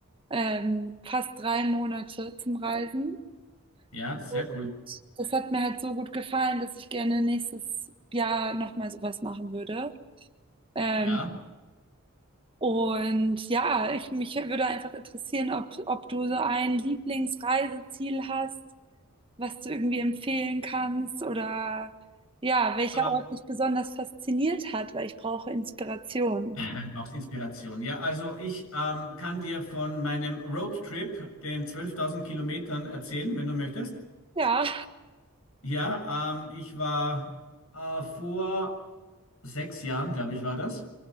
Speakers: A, on the right; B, on the left.
A: ähm, fast drei Monate zum Reisen.
B: Ja, sehr
A: Und
B: cool.
A: das hat mir halt so gut gefallen, dass ich gerne nächstes Jahr nochmal sowas machen würde. Ähm,
B: Ja.
A: und ja, ich, mich würde einfach interessieren, ob, ob du so ein Lieblingsreiseziel hast, was du irgendwie empfehlen kannst oder ja, welcher
B: Ähm,
A: Ort dich besonders fasziniert hat, weil ich brauche Inspiration.
B: <clears throat> brauchst Inspiration. Ja, also ich ähm, kann dir von meinem Roadtrip, den 12.000 Kilometern, erzählen, wenn du möchtest.
A: Ja.
B: Ja, ähm, ich war äh, vor sechs Jahren, glaube ich, war das,